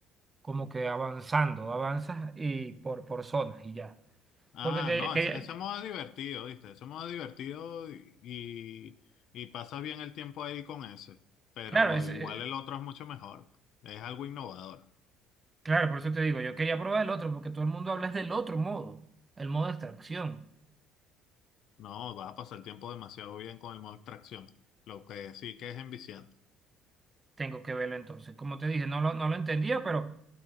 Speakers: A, on the right (about 20°); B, on the left (about 55°).
A: como que avanzando, avanzas y por, por zonas y ya.
B: Ah,
A: Porque que-
B: no,
A: que-
B: ese, ese modo es divertido, ¿viste? Ese modo es divertido y, y, y pasas bien el tiempo ahí con ese, pero
A: claro, es,
B: igual
A: eh,
B: el otro es mucho mejor, es algo innovador.
A: claro, por eso te digo, yo quería probar el otro, porque todo el mundo habla es del otro modo, el modo de extracción.
B: No, vas a pasar el tiempo demasiado bien con el modo extracción, lo que sí que es enviciante.
A: Tengo que verlo entonces. Como te dije, no lo, no lo entendía, pero